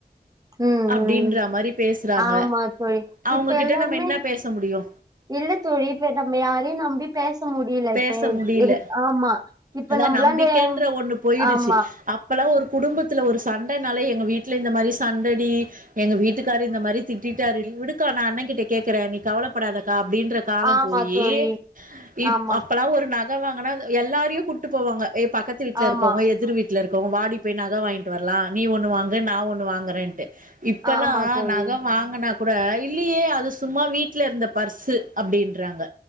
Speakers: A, on the right (about 20°); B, on the right (about 55°).
A: ம்
B: அப்படின்ற
A: ம்
B: மாரி பேசுறாங்க
A: ஆமா தோழி
B: அவங்ககிட்ட
A: இப்ப எல்லாருமே
B: நம்ம என்ன பேச முடியு
A: இல்ல தோழி நம்ம யாரையும் நம்பி பேச முடியல
B: பேச
A: இப்ப
B: முடியல
A: இரு ஆமா இப்ப
B: அதான்
A: நம்பளா
B: நம்பிக்கைன்ற
A: இந்த
B: ஒண்ணு போயிடுச்சு
A: ஆமா
B: அப்பல்லாம் ஒரு குடும்பத்துல ஒரு சண்டைனால எங்க வீட்ல இந்த மாரி சண்டடி எங்க வீட்டுக்காரரு இந்த மாரி திட்டிட்டாருடி விடுக்கா நான் அண்ணன் கிட்ட கேட்கறேன் நீ கவலைப்படாதக்கா அப்டின்ற காலம்
A: ஆமா
B: போயி
A: தோழி
B: இப்
A: ஆமா
B: அப்பல்லாம் ஒரு நகை வாங்கினா எல்லாரையும் கூட்டு போவாங்க ஏ பக்கத்து வீட்ல
A: ஆமா
B: இருக்கவுங்க எதிர் வீட்டுல இருக்க வாடி போய் நகை வாங்கிட்டு வரலாம் நீ ஒண்ணு வாங்கு நான் ஒண்ணு வாங்குறேன்டு இப்பல்லாம்
A: ஆமா தோழி
B: நகை வாங்குனா கூட இல்லையே அது சும்மா வீட்ல இருந்த பர்ஸ் அப்படின்றாங்க